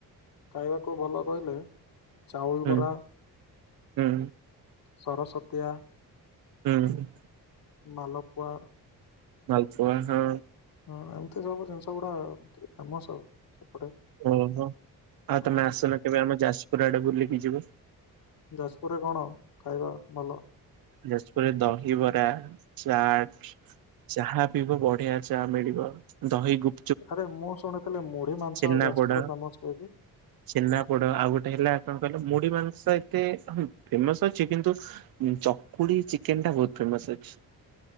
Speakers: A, on the left (about 60°); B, on the right (about 65°).
A: ଖାଇବାକୁ ଭଲ କହିଲେ ଚାଉଲ
B: ହୁଁ
A: ବରା।
B: ହୁଁ
A: ସରସ୍ୱତୀଆ
B: ହୁଁ
A: ମଲପୁଆ
B: ମାଲପୁଆ ହଁ।
A: ହଁ ଏମିତି ସବୁ ଜିନିଷ ଗୁଡା ଟିକେ ଫେମସ୍ ଆଉ। ସେପଟେ
B: ଓ ହୋ ଆଉ
A: ଖାଆନ୍ତି
B: ତମେ ଆସୁନା କେବେ ଆମ ଯାଜପୁର ଆଡେ ବୁଲିକି ଯିବ।
A: ଯାଜପୁରରେ କଣ ଖାଇବା ଭଲ?
B: ଯାଜପୁରରେ ଦହିବରା ଚାଟ୍ ଚାହା ପିଇବ ବଢିଆ ଚାହା ମିଳିବ ଦହି ଗୁ
A: ଆରେ ମୁଁ ଶୁଣିଥିଲି ମୁଢି ମାଂସ
B: ଛେନାପୋଡ
A: ଯାଜପୁର ଫେମସ୍ ହୁଏକି?
B: ଛେନାପୋଡ ଆଉ ଗୋଟେ ହେଲା କଣ କହିଲ ମୁଢି ମାଂସ ଏତେ ଫେମସ୍ ଅଛି କିନ୍ତୁ ଚକୁଡି ଚିକେନ ଟା ବହୁତ ଫେମସ୍ ଅଛି।